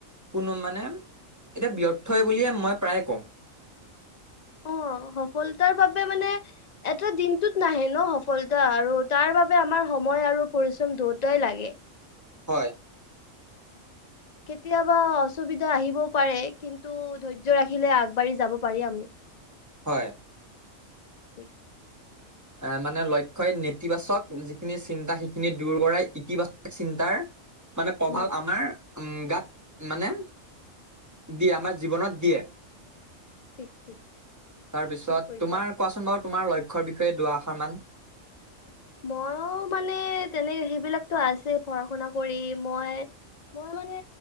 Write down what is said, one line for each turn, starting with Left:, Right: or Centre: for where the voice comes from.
Right: কোনো মানে এতিয়া ব্যৰ্থই বুলিয়ে মই প্ৰায়ে কওঁ
Left: অ সফলতাৰ বাবে মানে এটা দিনটোত নাহে ন সফলতা আৰু তাৰ বাবে আমাৰ। সময় আৰু পৰিশ্ৰম দুয়তই লাগে
Right: হয়
Left: কেতিয়াবা অসুবিধা আহিবও পাৰে কিন্তু ধৈৰ্য্য ৰাখিলে আগবাঢ়ি যাব পাৰি আমি
Right: হয়
Left: ঠিক
Right: এ মানে লক্ষ্যই নেতিবাচক যিখিনি চিন্তা সেইখিনি দূৰ কৰাই ইতিবাচক চিন্তাৰ মানে প্ৰভাৱ
Left: উম
Right: আমাৰ উম গাত মানে দিয়ে আমাৰ জীৱনত দিয়ে
Left: ঠিক ঠিক
Right: তাৰপিছত
Left: ঠিক কৈছা
Right: তোমাৰ কোৱাচোন বাৰু তোমাৰ লক্ষ্যৰ বিষয়ে দুৱাআষাৰ মান
Left: মইো মানে তেনেক সেইবিলাকতো আছে পঢ়া শুনা কৰি মই- ম মানে